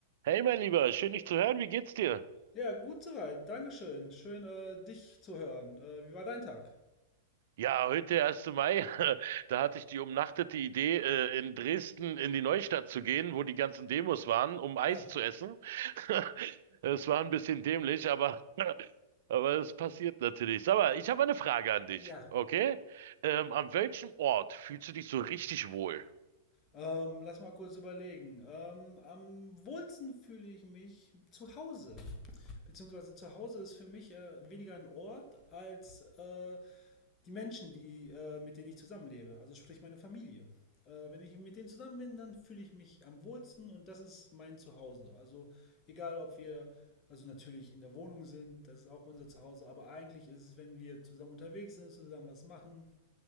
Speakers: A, on the right; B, on the left.
A: Hey, mein Lieber, schön dich zu hören. Wie geht's dir?
B: Ja, gut soweit. Dankeschön. Schön, äh, dich zu hören. Äh, wie war dein Tag?
A: Ja, heute, der erste Mai, <laughs> da hatte ich die umnachtete Idee, äh, in Dresden in die Neustadt zu gehen, wo die ganzen Demos waren, um Eis
B: Ach,
A: zu essen. <laughs> Es war ein bisschen dämlich, aber, <laughs> aber das passiert natürlich. Sag mal, ich habe eine Frage an dich,
B: ja.
A: okay? Ähm, an welchem Ort fühlst du dich so richtig wohl?
B: Ähm, lass mal kurz überlegen. Ähm, am wohlsten fühle ich mich zu Hause. Beziehungsweise zu Hause ist für mich äh, weniger ein Ort als äh, die Menschen, die, äh, mit denen ich zusammenlebe, also sprich meine Familie. Äh, wenn ich mit denen zusammen bin, dann fühle ich mich am wohlsten und das ist mein Zuhause. Also egal, ob wir also natürlich in der Wohnung sind, das ist auch unser Zuhause, aber eigentlich ist es, wenn wir zusammen unterwegs sind, zusammen was machen,